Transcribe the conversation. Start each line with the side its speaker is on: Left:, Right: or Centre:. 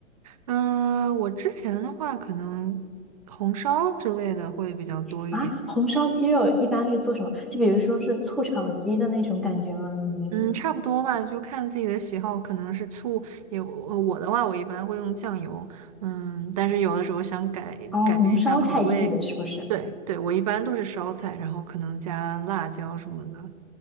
Right: 嗯，我之前的话可能红烧之类的会比较多一点。
Centre: 啊，红烧鸡肉一般是做什么？就比如说是醋炒鸡的那种感觉吗？还是什么？
Right: 嗯，差不多吧，就看自己的喜好，可能是醋也，呃我的话，我一般会用酱油，嗯，但是有的时候想改改变一下口味，
Centre: 哦，红烧菜系的是不是？
Right: 对对，我一般都是烧菜，然后可能加辣椒什么的，